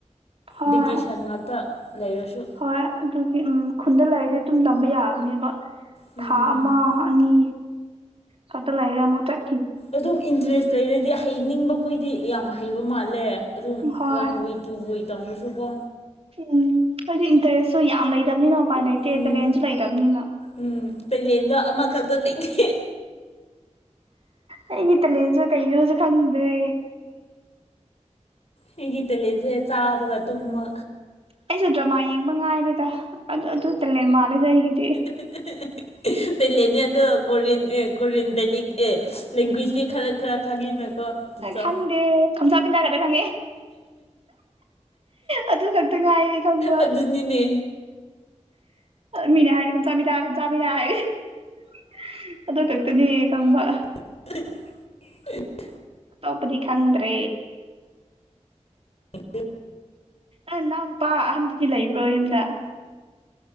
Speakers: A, on the right; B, on the left.
A: ꯍꯣꯏ
B: ꯕꯤꯀꯤꯁꯟ ꯉꯥꯛꯇ ꯂꯩꯔꯁꯨ
A: ꯍꯣꯏ ꯑꯗꯨꯒꯤ ꯎꯝ ꯈꯨꯟꯗ ꯂꯩꯔꯤꯗꯤ ꯑꯗꯨꯝ ꯇꯝꯕ ꯌꯥꯕꯅꯦꯕ
B: ꯎꯝ
A: ꯊꯥ ꯑꯃ ꯑꯅꯤ ꯈꯛꯇ ꯂꯩꯔ ꯑꯃꯨꯛ ꯆꯠ
B: ꯑꯗꯨꯝ ꯏꯟꯇꯔꯦꯁ ꯂꯩꯔꯗꯤ ꯍꯩꯅꯤꯡꯕꯈꯣꯏꯗꯤ ꯌꯥꯝ ꯍꯩꯕ ꯃꯥꯜꯂꯦ ꯑꯗꯨꯝ
A: ꯍꯣꯏ
B: ꯋꯥꯟ ꯋꯤ ꯇꯨ ꯋꯤ ꯇꯥꯝꯕꯁꯨꯀꯣ
A: ꯎꯝ ꯍꯥꯏꯗꯤ ꯏꯟꯇꯔꯦꯁꯁꯨ ꯌꯥꯝ ꯂꯩꯇꯕꯅꯤꯅ ꯎꯄꯥꯏ ꯂꯩꯇꯦ
B: ꯎꯝ
A: ꯇꯦꯂꯦꯟꯁꯨ ꯂꯩꯇꯕꯅꯤꯅ
B: ꯎꯝ ꯇꯦꯂꯦꯟꯗꯣ ꯑꯃꯈꯛꯇ ꯂꯩꯇꯦ
A: ꯑꯩꯒꯤ ꯇꯦꯂꯦꯟꯁꯦ ꯀꯩꯅꯣꯁꯨ ꯈꯪꯗ꯭ꯔꯦ
B: ꯑꯩꯒꯤ ꯇꯦꯂꯦꯟꯁꯦ ꯆꯥꯕꯒ ꯇꯨꯝꯃ
A: ꯑꯩꯁꯨ ꯗ꯭ꯔꯃꯥ ꯌꯦꯡꯕ ꯉꯥꯏꯔꯦꯗ ꯑꯗꯨ ꯑꯗꯨ ꯇꯦꯂꯦꯟ ꯃꯥꯜꯂꯦꯗ ꯑꯩꯒꯤꯗꯤ
B: <unintelligible> ꯇꯦꯂꯦꯟꯅꯦ ꯑꯗꯣ ꯀꯣꯔꯤꯌꯟ ꯑꯦ ꯀꯣꯔꯤꯌꯟ ꯕꯦꯂꯦꯛ ꯑꯦ ꯂꯦꯡꯒ꯭ꯋꯦꯁꯇꯤ ꯈꯔ ꯈꯔ ꯈꯪꯉꯤꯅꯀꯣ ꯑꯗꯨꯗꯣ
A: ꯈꯪꯗꯦ ꯈꯝꯖꯥꯕꯤꯗꯥꯒꯗ ꯈꯪꯉꯦ ꯑꯗꯨ ꯈꯛꯇ ꯉꯥꯏꯌꯦ ꯈꯪꯕ
B: ꯑꯗꯨꯅꯤꯅꯦ
A: ꯃꯤꯅꯥ ꯍꯥꯏꯔꯒ <unintelligible> ꯑꯗꯨ ꯈꯛꯇꯅꯦ ꯈꯪꯕ
B: <unintelligible>
A: ꯑꯇꯣꯞꯄꯗꯤ ꯈꯪꯗ꯭ꯔꯦ
B: ꯑ <unintelligible>
A: ꯑꯪ ꯅꯅꯥꯎ ꯅꯨꯄꯥ ꯑꯍꯟꯗꯨꯗꯤ ꯂꯩꯕ꯭ꯔꯣ ꯌꯨꯝꯗ